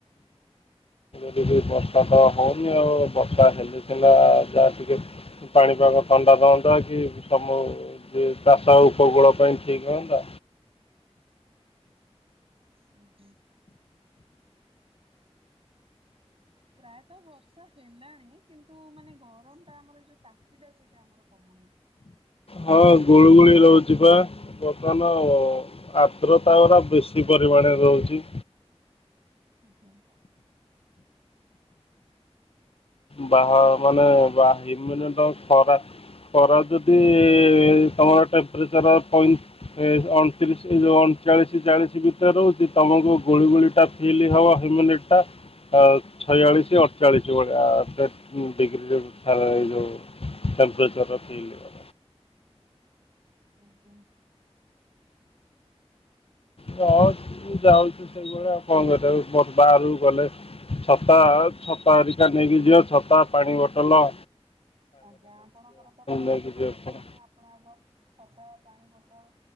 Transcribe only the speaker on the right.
ଆଜ୍ଞା
ଉଁ ହୁଁ। ପ୍ରାୟତ ବର୍ଷା ହେଲାଣି କିନ୍ତୁ ମାନେ ଗରମ୍ ଟା ଆମର ଯୋଉ ତାତି ଟା ସେଇଟା ଆମର କମୁନି।
ଆଜ୍ଞା।
ଆଜ୍ଞା।
ଆଜ୍ଞା ଆପଣଙ୍କର ତ ଖରାକୁ
ବାହାରିଲା
ମାନେ ଆ ଆପଣ ଆଗ ଛତା ପାଣି ବୋଟଲ